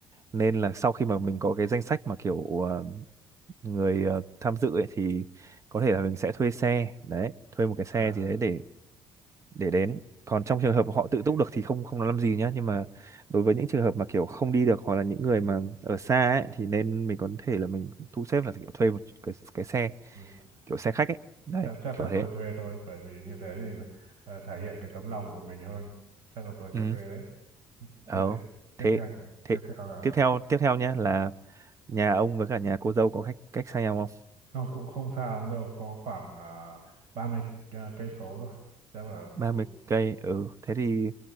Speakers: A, on the right; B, on the right.
A: nên là sau khi mà mình có cái danh sách mà kiểu ờ, người ờ, tham dự ấy thì có thể là mình sẽ thuê xe đấy thuê một cái xe
B: À,
A: gì đấy để để đến còn trong
B: à
A: trường hợp họ
B: ok.
A: tự túc được thì không không nói làm gì nhá nhưng mà đối với những trường hợp mà kiểu không đi được hoặc là những người mà ở xa ấy, thì nên mình có thể là mình thu xếp là kiểu thuê một cái cái xe
B: Ôi trời.
A: kiểu xe khách ấy đấy
B: chắc chắc
A: kiểu
B: là
A: thế
B: tôi thuê thôi bởi vì như thế thì là, ờ, thể hiện cái tấm lòng của mình hơn chắc là tôi
A: ừ
B: sẽ thuê đấy
A: ờ
B: thế, thế, tiếp
A: thế
B: theo nhỉ
A: thế
B: tiếp theo là
A: tiếp theo tiếp theo nhá là nhà ông với cả nhà cô dâu có cách cách xa nhau không
B: nó cũng không xa lắm đâu có khoảng uh, ba mươi ờ, cây số thôi chắc là
A: ba
B: cũng
A: mươi cây ừ thế thì